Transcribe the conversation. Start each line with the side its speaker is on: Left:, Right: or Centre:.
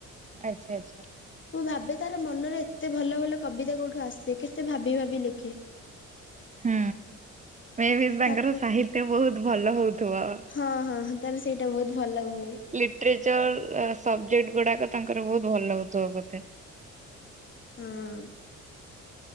Right: ଆଚ୍ଛା ଆଚ୍ଛା।
Left: ମୁଁ ଭାବେ ତାର ମନରେ ଏତେ ଭଲ ଭଲ କବିତା କୋଉଠୁ ଆସେ କେତେ ଭାବି ଭାବି ଲେଖେ?
Right: ହୁଁ ମେଁ ବି ତାଙ୍କର
Left: ତାକୁ
Right: ସାହିତ୍ୟ ବହୁତ ଭଲ ହଉଥିବ।
Left: ହଁ ହଁ ତାର ସେଇଟା ବହୁତ ଭଲ ହୁଏ।
Right: ଲିଟରେଚର ସବଜେକ୍ଟ ଗୁଡାକ ତାଙ୍କର ବହୁତ ଭଲ ହଉଥବ ବୋଧେ?
Left: ହଁ।